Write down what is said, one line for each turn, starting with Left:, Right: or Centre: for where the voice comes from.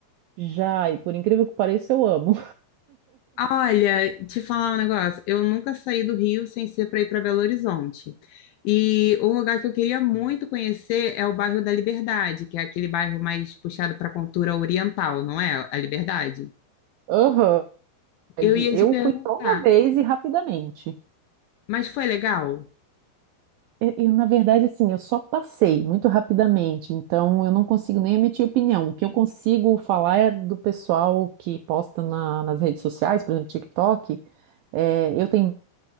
Right: Já, e por incrível que pareça, eu amo.
Left: Olha, te falar um negócio. Eu nunca saí do Rio sem ser para ir para Belo Horizonte. E um lugar que eu queria muito conhecer é o bairro da Liberdade, que é aquele bairro mais puxado para a cultura oriental, não é? A Liberdade.
Right: Aham.
Left: Eu ia
Right: Eu
Left: te perguntar,
Right: fui só uma vez e rapidamente.
Left: mas foi legal?
Right: Eu, eu, na verdade, assim, eu só passei muito rapidamente, então eu não consigo nem emitir opinião. O que eu consigo falar é do pessoal que posta na- nas redes sociais, por exemplo, TikTok. É, eu tenho